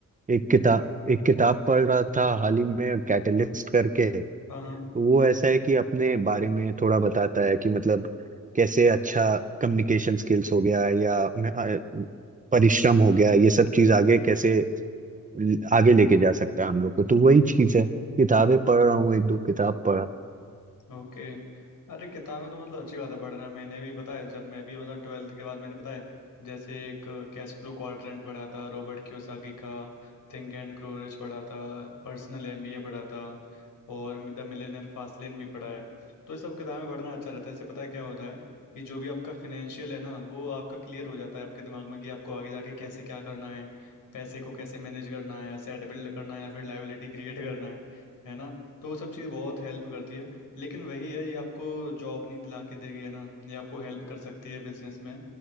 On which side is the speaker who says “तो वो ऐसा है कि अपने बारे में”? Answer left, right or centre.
Right